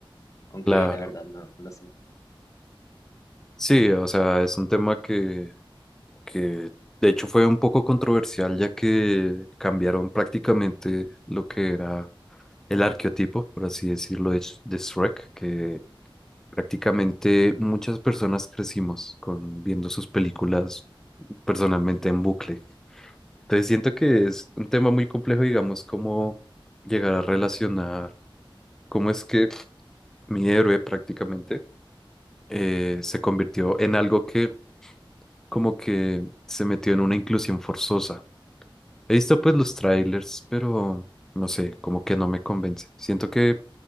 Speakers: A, on the left (about 35°); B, in the centre.
A: Aunque
B: Claro.
A: la verdad no lo sé.
B: Sí, o sea, es un tema que que de hecho fue un poco controversial ya que cambiaron prácticamente lo que era el arqueotipo, por así decirlo, de, Sh- de Shrek, que prácticamente muchas personas crecimos con viendo sus películas personalmente en bucle. Entonces siento que es un tema muy complejo, digamos, cómo llegar a relacionar cómo es que mi héroe prácticamente eh, se convirtió en algo que como que se metió en una inclusión forzosa He visto pues los trailers, pero no sé, como que no me convence. Siento que